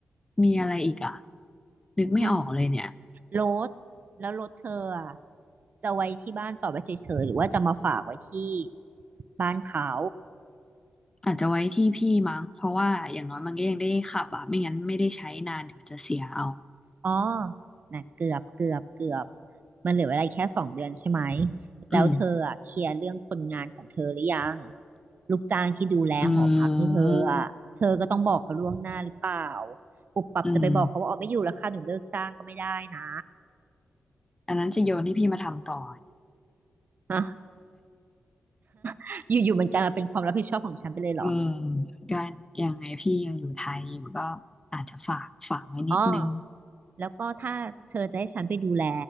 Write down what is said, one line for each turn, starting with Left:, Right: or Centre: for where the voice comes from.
Left: มีอะไรอีกอ่ะนึกไม่ออกเลยเนี่ย
Right: อืมรถแล้วรถเธออ่ะ จะไว้ที่บ้านจอดไว้เฉยๆ หรือว่าจะมาฝากไว้ที่บ้านเขา
Left: อาจจะไว้ที่พี่มั้งเพราะว่าอย่างน้อยมันก็ยังได้ขับอ่ะไม่งั้นไม่ได้ใช้นานเดี๋ยวจะเสียเอา
Right: อ๋อนะเกือบเกือบเกือบมันเหลือเวลาอีกแค่สองเดือนใช่ไหม แล้วเธออ่ะเคลียร์เรื่องคนงานของเธอหรือยัง
Left: อืม
Right: ลูกจ้างที่ดูแลหอพักให้เธออ่ะเธอก็ต้องบอกเขาล่วงหน้าหรือเปล่า
Left: อืม
Right: ปุบปับจะไปบอกเขาว่าอ๋อไม่อยู่แล้วค่ะหนูเลิกจ้างก็ไม่ได้นะ
Left: อืมอันนั้นจะโยนให้พี่มาทำต่อ
Right: ฮะ <laughs> อยู่ๆมันกลายมาเป็นความรับผิดชอบของฉันไปเลยเหรอ
Left: อืมก็ยังไงพี่ยังอยู่ไทยอยู่ก็อาจจะฝากฝากไว้นิดนึง
Right: อ๋อ แล้วก็ถ้าเธอจะให้ฉันไปดูแล